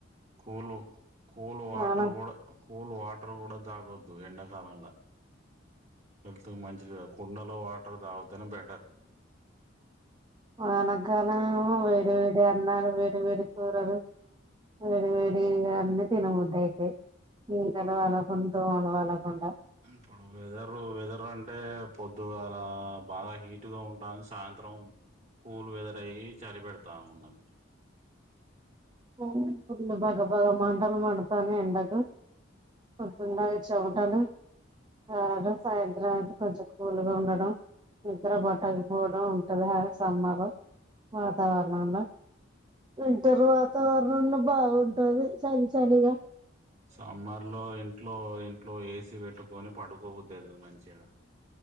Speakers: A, on the right; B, on the right.
A: కూల్ కూల్ వాటర్
B: వాన
A: కూడ కూల్ వాటర్ గుడ తాగొద్ ద్దూ ఎండ కాలంల హెల్త్కి మంచిది కాదు కుండలొ వాటర్ తాగితేనే బెటర్
B: వానకాలం ఏమో వేడి వేడి అన్నాలు వేడి వేడి కూరలు వేడి వేడి అన్ని తినబుదైతయ్ <unintelligible> కుండా
A: ఇప్పుడు వెదరు వెదర్ అంటే పొద్దుగాల బాగ హిట్ ఉంటాంది సాయంత్రం కూల్ వెదరై చలిపెడ్తాఉన్నది
B: మ్ ఫుల్లు బగ బగ మంటలు మండుతానయ్ ఎండకు పోద్దున్ దాకా చెంటలు ఏడ సాయంత్రం అయితే కొంచెం కూల్గ ఉండడం నిద్ర బట్టకపోవడం ఉంటది ఆ సమ్మర్ వాతవరణంలో వింటర్ వాతవరణంలో బాగుంటది చలి చలిగ
A: సమ్మర్లొ ఇంట్లొ ట్లో ఏసీ పెట్టుకొని పడుకొబుదైతది మంచిగ